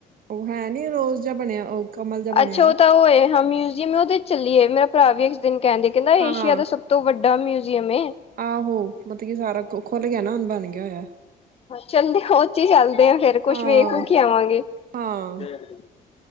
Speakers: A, on the right; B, on the left.
A: ਉਹ ਹੈ ਨੀ ਰੋਜ਼ ਜਿਹਾ ਬਣਿਆ ਉਹ। ਕਮਲ ਜਿਹਾ ਬਣਿਆ
B: ਅੱਛਾ ਉਹ ਤਾਂ ਉਹ ਹੈ ਹਾਂ ਮਿਊਜ਼ੀਅਮ ਉਹਦੇ ਵਿੱਚ ਚੱਲੀਏ ਹੈ ਮੇਰਾ ਭਰਾ ਵੀ ਇੱਕ ਦਿਨ ਕਹਿੰਦਾ। ਕਹਿੰਦਾ
A: ਹਾਂ
B: ਏਸ਼ੀਆ ਦਾ ਸਭ ਤੋਂ ਵੱਡਾ ਮਿਊਜ਼ੀਅਮ ਹੈ।
A: ਆਹੋ ਮਤਲਬ ਕੀ ਸਾਰਾ ਕੁ ਖੁੱਲ ਗਿਆ ਨਾ ਹੁਣ ਬਣ ਗਿਆ ਹੋਇਆ।
B: ਚੱਲਦੇ ਉਸੱ ਚ ਹੀ ਚੱਲਦੇ ਆ ਫੇਰ ਕੁਛ
A: ਹਾਂ
B: ਵੇਖ ਵੁਖ ਹੀ ਆਵਾਂਗੇ।
A: ਹਾਂ
B: ਦੇਖ ਲੇ।